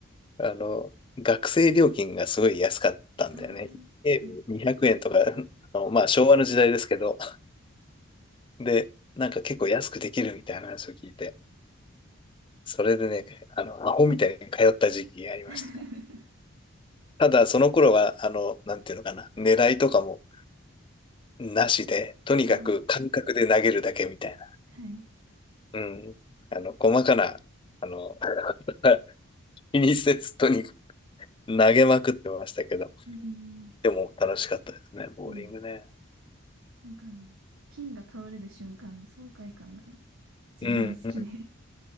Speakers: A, on the left; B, on the right.
A: あの、学生料金がすごい安かったんだよね。
B: ああ、
A: ゲーム200円とか、
B: はい。
A: あのまあ昭和の時代ですけど、で、なんか結構安くできるみたいな話を聞いて、それでね、あの、アホみたいに通った時期がありましたね。
B: <laughs>
A: ただ、その頃は、あの、なんていうのかな、狙いとかもなしで、とにかく感覚で投げるだけみたいな。
B: ああ、<laughs> はい。
A: うん。あの、細かな、あの、<laughs> 気にせず、とにかく投げまくってましたけど、
B: ええ
A: でも楽しかったですね、ボーリングね。
B: うん。なんかあの、ピンが倒れる瞬間の爽快感が
A: うん。
B: 自分は好きで